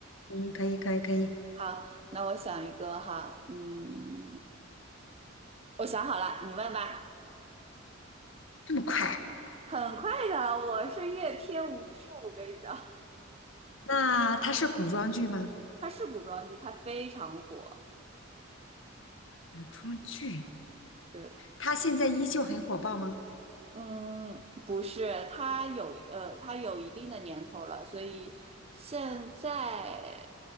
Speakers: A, on the left; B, on the right.
A: 嗯，可以，可以，可以。
B: 好，那我想一个哈，嗯，我想好了，你问吧。
A: 这么快？
B: 很快的，我是阅片无数，我跟你讲，
A: 那它是古装剧吗？
B: 它是古装剧，它非常火。
A: 古装剧，
B: 对，
A: 它现在依旧很火爆吗？
B: 嗯，不是，它有呃，它有一定的年头了，所以现在